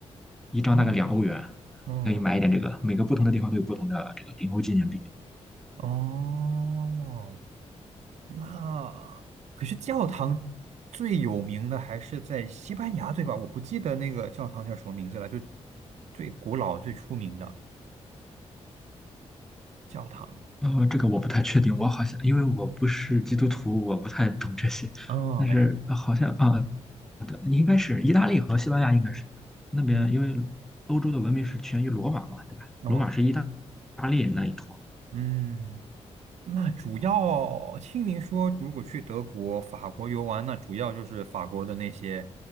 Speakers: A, in the centre; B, on the right.
A: 一张大概两欧元。
B: 啊，嗯，
A: 可以买一点这个，每个不同的地方都有不同的这个零欧纪念币。
B: 哦，那可是教堂最有名的还是在西班牙，对吧？我不记得那个教堂叫什么名字了，就最古老、最出名的教堂。
A: 哦，这个我不太确定，我好像因为我不是基督徒，我不太懂这些。
B: 哦，
A: 但是呃好像啊，
B: 没事，没事
A: 对应该是意大利和西班牙应该是那边，
B: 嗯，
A: 因为欧洲的文明是起源于罗马嘛，对吧？
B: 哦，
A: 罗马是意大大利那一坨。
B: 嗯。那主要听您说，如果去德国、法国游玩，那主要就是法国的那些，